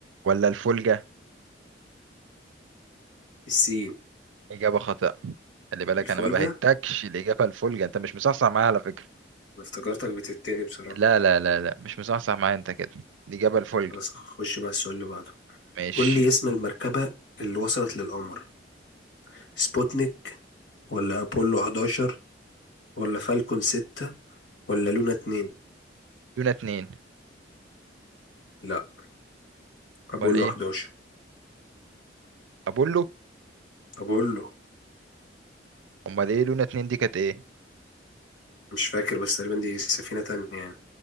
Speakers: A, on the right; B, on the left.
A: ولا الفولجة
B: السين
A: إجابة خاطئة خلي بالك
B: الفولجة
A: أنا ما بهتكش
B: انا
A: الإجابة الفولجة أنت مش مصحصح معايا على فكرة
B: افتكرتك بتتاني بصراحة
A: لا لا لا لا مش مصحصح معايا أنت كده الإجابة الفولجة
B: بس هخش بقى السؤال اللي بعده
A: ماشي
B: قول لي اسم المركبة اللي وصلت للقمر سبوتنيك ولا أبولو 11 ولا فالكون 6 ولا لونا 2
A: لونا اتنين
B: لا أبولو
A: ولا إيه
B: 11
A: أبولو
B: أبولو
A: أمال إيه لونا اتنين دي كانت إيه
B: مش فاكر بس تقريبا دي سفينة تانية يعني